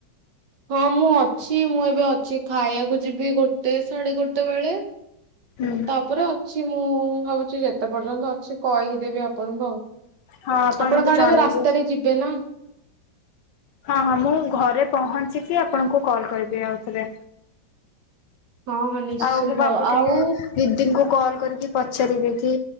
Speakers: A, on the right; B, on the left.
A: ହଁ ମୁଁ ଅଛି ।ମୁଁ ଏବେ ଅଛି ଖାଇବାକୁ ଯିବି ଗୋଟେ, ସାଢେ ଗୋଟେ ବେଳେ
B: ହୁଁ
A: ତାପରେ ଅଛି ମୁଁ ଭାବୁଛି, ଯେତେ ପର୍ଯ୍ୟନ୍ତ ଅଛି, କହିଦେବି ଆପଣଙ୍କୁ ଆଉ।
B: ହଁ
A: ଆପଣ
B: ମତେ
A: କଣ,
B: ଜଣେଇବେ।
A: ଏବେ ରାସ୍ତାରେ ଯିବେ ନା?
B: ହଁ, ହଁ, ।ମୁଁ ଘରେ ପହଞ୍ଚିକି, ଆପଣଙ୍କୁ କଲ କରିବି ଆଉଥରେ।
A: ହଁ ହଁ ନିଶ୍ଚିନ୍ତ
B: ଆଉ ମୁଁ ଭାବୁଥିଲି,
A: ଆଉ
B: ଦିଦିଙ୍କୁ କଲ କରିକି ପଚାରିବି କି?